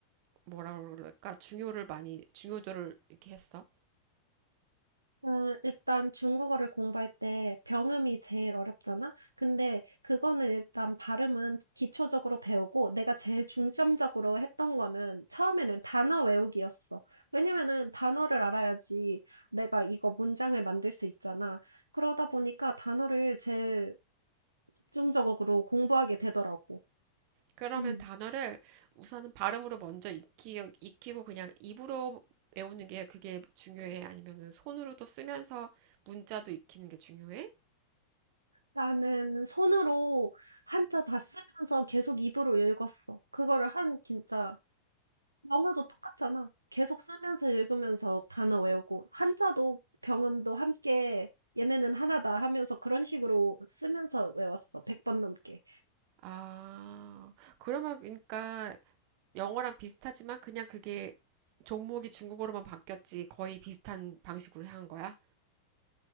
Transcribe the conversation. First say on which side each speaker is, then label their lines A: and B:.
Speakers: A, on the right; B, on the right.
A: 뭐라 그럴까? 중요를 많이, 중요도를 이렇게 했어.
B: 어, 일단 중국어를 공부할 때 병음이 제일 어렵잖아? 근데 그거는 일단 발음은 기초적으로 배우고 내가 제일 중점적으로 했던 거는 처음에는 단어 외우기였어. 왜냐면은 단어를 알아야지 내가 이거 문장을 만들 수 있잖아. 그러다 보니까 단어를 제일 집중적으로 공부하게 되더라고.
A: 그러면
B: <clears throat>
A: 단어를 우선은 발음으로 먼저 익히, 익히고 그냥 입으로 외우는 게 그게 중요해? 아니면은 손으로도 쓰면서 문자도 익히는 게 중요해?
B: 나는 손으로 한자 다 쓰면서 계속 입으로 읽었어. 그거를 한 진짜 영어도 똑같잖아. 계속 쓰면서 읽으면서 단어 외우고, 한자도 병음도 함께 얘네는 하나다 하면서 그런 식으로 쓰면서 외웠어. 100번 넘게.
A: 아, 그러면 그러니까 영어랑 비슷하지만 그냥 그게 종목이 중국어로만 바뀌었지 거의 비슷한 방식으로 한 거야?